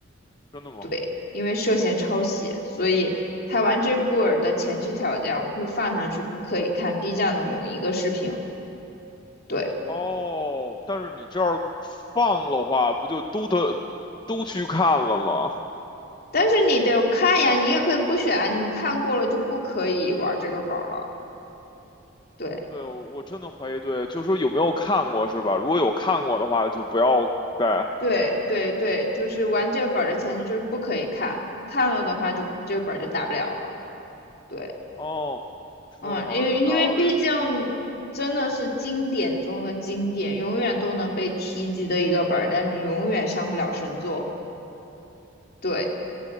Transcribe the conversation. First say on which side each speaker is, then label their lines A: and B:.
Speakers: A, on the left (about 20°); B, on the left (about 50°).
A: 真的吗？
B: 对，因为涉嫌抄袭，所以它玩这部儿的前置条件我会放上去，不可以看 B 站的某一个视频。对。
A: 哦，但是你这儿放的话，不就都得都去看了吗？
B: 但是你得看呀，你也可以不选啊，你们看过了就不可以玩这个本儿了。对
A: 对，我真的怀疑，对，就说有没有看过是吧？如果有看过的话，就不要再。
B: 对对对，就是玩这个本儿的前提就是不可以看，看了的话就这个本儿就打不了了。对，
A: 哦，说的好像有道理。
B: 嗯，因为因为毕竟真的是经典中的经典，永远都能被提及的一个本儿，但是永远上不了神作。对。